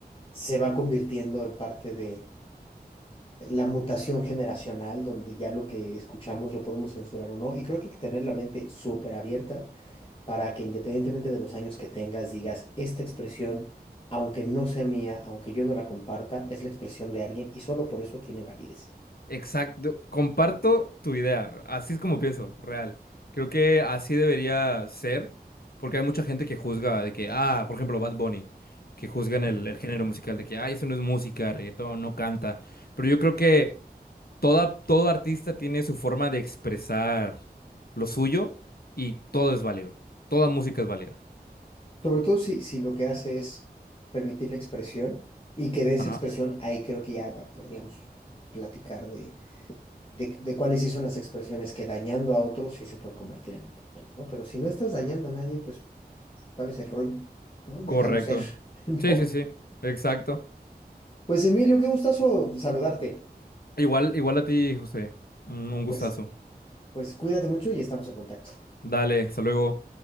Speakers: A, on the left; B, on the left.
A: se va convirtiendo en parte de la mutación generacional, donde ya lo que escuchamos lo podemos censurar o no. Y creo que hay que tener la mente súper abierta para que independientemente de los años que tengas, digas, esta expresión, aunque no sea mía, aunque yo no la comparta, es la expresión de alguien y solo por eso tiene validez.
B: Exacto, comparto tu idea, así es como pienso, real. Creo que así debería ser, porque hay mucha gente que juzga de que, ah, por ejemplo, Bad Bunny, que juzgan
A: Ujú.
B: el, el género musical de que, ay, eso no es música, reggaetón, no canta. Pero yo creo que toda, todo artista tiene su forma de expresar lo suyo y todo es válido, toda música es válida.
A: Sobre todo si, si lo que hace es permitir la expresión y que de esa
B: Ajá,
A: expresión, ahí creo que ya podríamos platicar de, de, de cuáles sí son las expresiones que dañando a otros sí se pueden convertir en un problema, ¿no? Pero si no estás dañando a nadie, pues, ¿cuál es el rollo? ¿No? Déjalo
B: correcto.
A: ser, <laughs> ¿no?
B: Sí, sí, sí, exacto.
A: Pues Emilio, qué gustazo saludarte.
B: Igual, igual a ti, José, un un gustazo.
A: Pues Pues cuídate mucho y estamos en contacto.
B: Dale, hasta luego.